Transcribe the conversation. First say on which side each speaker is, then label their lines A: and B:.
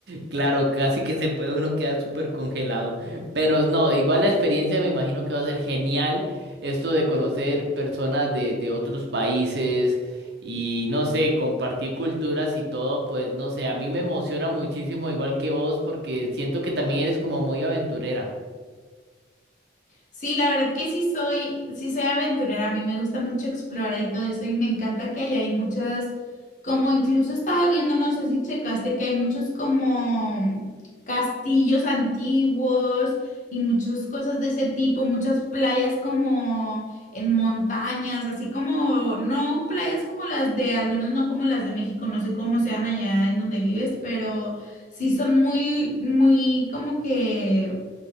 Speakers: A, on the right; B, on the left.
A: Claro, casi que se puede uno quedar súper congelado. Pero no, igual la experiencia me imagino que va a ser genial. Esto de conocer personas de, de otros países y no sé, compartir culturas y todo, pues no sé, a mí me emociona muchísimo, igual que vos, porque siento que también eres como muy aventurera.
B: Sí, la verdad que sí soy, sí soy aventurera, a mí me gusta mucho explorar y todo eso y me encanta que allá hay muchas, como incluso estaba viendo, no sé si checaste, que hay muchos como castillos antiguos y muchas cosas de ese tipo, muchas playas como en montañas, así como, no playas como las de, al menos no como las de México, no sé cómo sean allá en donde vives, pero sí son muy, muy como que...